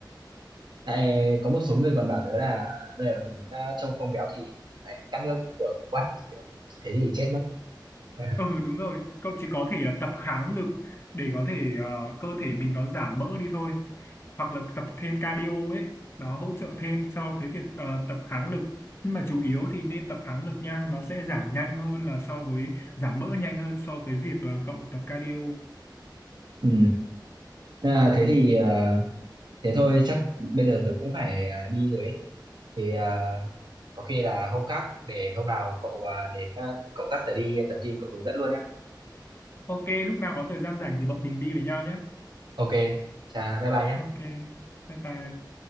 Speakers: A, on the right; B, on the left.
A: tại có một số người còn bảo tớ là bây giờ muốn ờ, trông không béo thì phải cắt nước kiểu quắt kiểu thế thì chết mất <laughs>
B: Ừ đúng rồi, cậu chỉ có thể là tập kháng lực để có thể ờ, cơ thể mình nó giảm mỡ đi thôi. Hoặc là tập thêm cardio ấy, nó hỗ trợ thêm cho cái việc ờ, tập kháng lực. Nhưng mà chủ yếu thì nên tập kháng lực nha, nó sẽ giảm nhanh hơn là so với giảm mỡ nhanh hơn so với việc là cậu tập cardio.
A: Ừ. À, thế thì à, thế thôi chắc bây giờ tôi cũng phải à, đi rồi ấy. Thì à, có khi là hôm khác để hôm nào cậu à, đến à, cậu dắt tớ đi tập gym cậu hướng dẫn luôn nhé
B: Ok, lúc nào có thời gian rảnh thì bọn mình đi với nhau nhé.
A: Ok, chà bye bye nhé
B: Ok, bye bye.